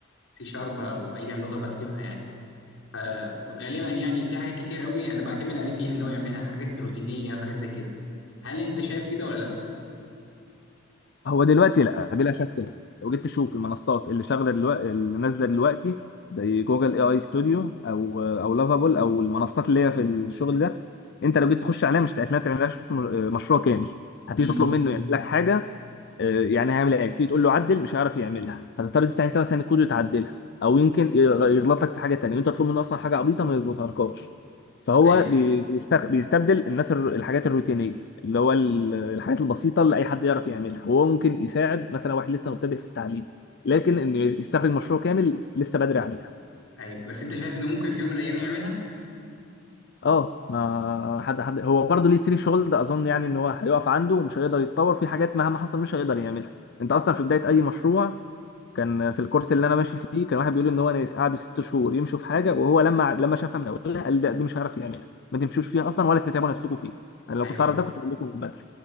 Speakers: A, on the left; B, on the left.
A: سي شارب او اي لغه بكتبها يعني فغالبا يعني في حاجات كتير قوي انا بعتمد عليه فيها ان هو يعملها حاجات روتينيه وحاجات زي كده هل انت شايف كده ولا لا
B: هو دلوقتي لا بلا شك لا لو جيت تشوف المنصات اللي شغاله دلوقتي اللي نازله دلوقتي زي جوجل اي اي ستوديو او او لافابول او المنصات اللي هي في الشغل ده انت لو جيت تخش عليها مش هتلاقي تعملهاش م- مشروع كامل هتيجي
A: امم
B: تطلب منه يعمل لك حاجه آه، يعني هيعمل ايه تيجي تقول له عدل مش هيعرف يعملها هتضطر تستعين انت مثلا الكود وتعدلها او يمكن يغ- يغلط لك في حاجه تانيه وانت تطلب منه اصلا حاجه عبيطه ما يظبطهالكاش فهو
A: ايوه
B: بي- بيستخ- بيستبدل الناس الر- الحاجات الروتينيه اللي هو ال- الحاجات البسيطه اللي اي حد يعرف يعملها وهو ممكن يساعد مثلا واحد لسه مبتدئ في التعليم لكن انه يستخرج مشروع كامل لسه بدري عليها
A: ايوه بس انت شايف انه ممكن في يوم من الايام يعملها
B: اه ما حد حد هو برضه ليه سري شغل ده اظن يعني ان هو هيقف عنده ومش هيقدر يتطور في حاجات مهما حصل مش هيقدر يعملها انت اصلا في بدايه اي مشروع كان في الكورس اللي انا ماشي فيه كان واحد بيقول ان هو ناس قعدوا ست شهور يمشوا في حاجه وهو لما لما شافها من اولها قال لا دي مش هيعرف يعملها ما تمشوش فيها اصلا ولا تتعبوا نفسكم فيها انا لو
A: ايوه
B: كنت اعرف ده كنت اقول لكم من بدري